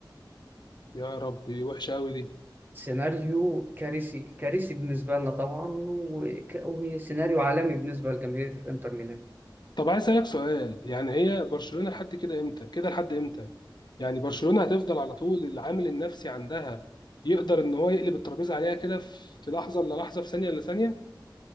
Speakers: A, on the left; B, on the right.
A: يا ربي وحشه قوي دي
B: سيناريو كارثي كارثي بالنسبة لنا طبعا وك- وسيناريو عالمي بالنسبة لجماهير الانتر ميلان
A: طب عايز اسالك سؤال يعني هي برشلونه لحد كده امتى كده لحد امتى يعني برشلونه هتفضل على طول العامل النفسي عندها يقدر ان هو يقلب الترابيزه عليها كده في لحظه الا لحظه في ثانيه الا ثانيه